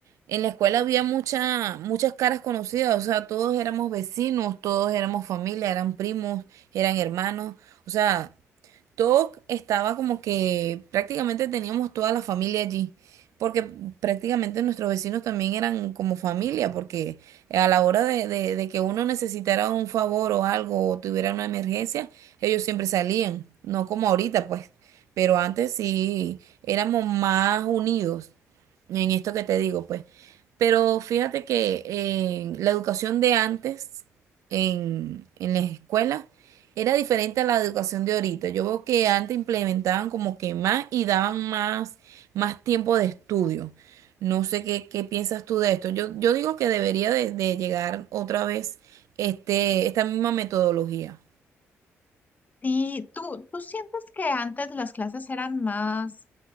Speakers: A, on the right (about 75°); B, on the left (about 30°).
A: en la escuela había mucha, muchas caras conocidas, o sea, todos éramos vecinos, todos éramos familia, eran primos, eran hermanos, o sea, todo estaba como que prácticamente teníamos toda la familia allí, porque prácticamente nuestros vecinos también eran como familia, porque a la hora de, de- de que uno necesitara un favor o algo o tuviera una emergencia, ellos siempre salían, no como ahorita pues, pero antes sí éramos más unidos en esto que te digo pues. Pero fíjate que eh, la educación de antes en, en las escuelas era diferente a la educación de ahorita. Yo veo que antes implementaban como que más y daban más, más tiempo de estudio. No sé qué, qué piensas tú de esto. Yo, yo digo que debería de, de llegar otra vez este, esta misma metodología.
B: Sí, ¿tú, tú sientes que antes las clases eran más,